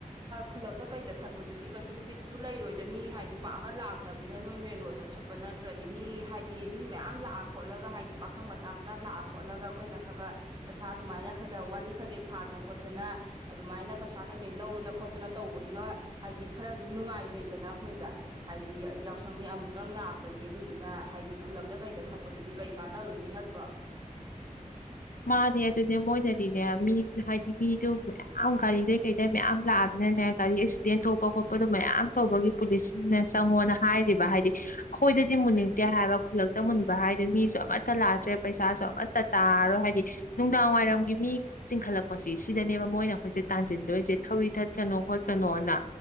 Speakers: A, on the right (about 35°); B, on the left (about 80°).
A: ꯈꯨꯜꯂꯛꯇ ꯀꯩꯗ ꯊꯠꯄꯗꯨꯗꯤ ꯀꯩꯁꯨ ꯕꯤꯠꯁꯨ ꯂꯩꯔꯣꯏꯗ ꯃꯤ ꯍꯥꯏꯗꯤ ꯄꯥꯛꯅ ꯂꯥꯛꯇꯕꯅꯤꯅ ꯅꯣꯏ ꯃꯦꯟ ꯔꯣꯗꯠꯇ ꯊꯠꯄ ꯅꯠꯇ꯭ꯔꯗꯤ ꯃꯤ ꯍꯥꯏꯗꯤ ꯃꯤ ꯃꯌꯥꯝ ꯂꯥꯛ ꯈꯣꯠꯂꯒ ꯍꯥꯏꯗꯤ ꯄꯥꯈꯪ ꯃꯆꯥ ꯃꯆꯥ ꯂꯥꯛꯑ ꯈꯣꯠꯂꯒ ꯑꯩꯈꯣꯏꯅ ꯈꯔ ꯈꯔ ꯄꯩꯁꯥ ꯑꯗꯨꯃꯥꯏꯅ ꯈꯔ ꯈꯔ ꯋꯥꯔꯤ ꯈꯩ ꯀꯔꯤ ꯁꯥꯗꯅ ꯈꯣꯠꯇꯅ ꯑꯗꯨꯃꯥꯏꯅ ꯄꯩꯁꯥ ꯀꯩꯀꯩ ꯂꯧꯗꯅ ꯈꯣꯠꯇꯅ ꯇꯧꯕꯗꯨꯅ ꯍꯥꯏꯗꯤ ꯈꯔꯁꯨ ꯅꯨꯡꯉꯥꯏꯖꯩꯗꯅ ꯑꯩꯈꯣꯏꯗ ꯍꯥꯏꯗꯤ ꯌꯥꯎꯁꯪꯅꯤ ꯑꯃꯨꯛꯇꯪ ꯂꯥꯛꯄꯅꯤ ꯑꯗꯨꯗꯨꯅ ꯍꯥꯏꯗꯤ ꯈꯨꯜꯂꯛꯇ ꯀꯩꯗ ꯊꯠ ꯄꯗꯨꯗꯤ ꯀꯩ ꯀꯥꯟꯅꯔꯨꯅꯤ ꯅꯠꯇ꯭ꯔꯣ
B: ꯃꯥꯅꯦ ꯑꯗꯨꯅꯦ ꯃꯣꯏꯅꯗꯤꯅꯦ ꯃꯤ ꯍꯥꯏꯗꯤ ꯃꯤꯗꯨ ꯃꯌꯥꯝ ꯒꯥꯔꯤꯗꯩ ꯀꯩꯗꯩ ꯃꯌꯥꯝ ꯂꯥꯛꯑꯕꯅꯤꯅꯦ ꯒꯥꯔꯤ ꯑꯦꯛꯁꯤꯗꯦꯟ ꯊꯣꯛꯄ ꯈꯣꯠꯄꯗꯣ ꯃꯌꯥꯝ ꯇꯧꯕꯒꯤ ꯄꯨꯂꯤꯁꯁꯤꯡꯅ ꯆꯪꯉꯣꯅ ꯍꯥꯏꯔꯤꯕ ꯍꯥꯏꯗꯤ ꯑꯩꯈꯣꯏꯗꯗꯤ ꯃꯨꯟꯅꯤꯡꯗꯦ ꯍꯥꯏꯕ ꯈꯨꯜꯂꯛꯇ ꯃꯨꯟꯕ ꯍꯥꯏꯔꯗꯤ ꯃꯤꯁꯨ ꯑꯃꯠꯇ ꯂꯥꯛꯇ꯭ꯔꯦ ꯄꯩꯁꯥꯁꯨ ꯑꯃꯠꯇ ꯇꯥꯔꯣꯏ ꯍꯥꯏꯗꯤ ꯅꯨꯡꯗꯥꯡ ꯋꯥꯏꯔꯝꯒꯤ ꯃꯤ ꯆꯤꯡꯈꯠꯂꯛꯄꯁꯤ ꯁꯤꯗꯅꯦꯕ ꯃꯣꯏꯅ ꯑꯩꯈꯣꯏꯁꯦ ꯇꯥꯟꯁꯤꯟꯗꯣꯏꯁꯦ ꯊꯧꯔꯤ ꯊꯠꯀꯅꯣ ꯈꯣꯠꯀꯅꯣꯅ